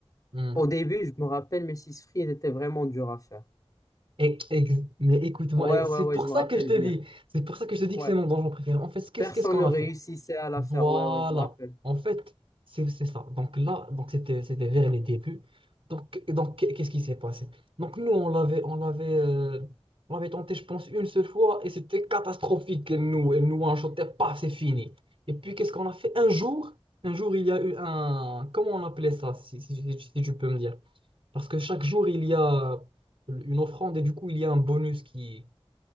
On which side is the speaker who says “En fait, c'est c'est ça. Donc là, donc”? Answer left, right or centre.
Right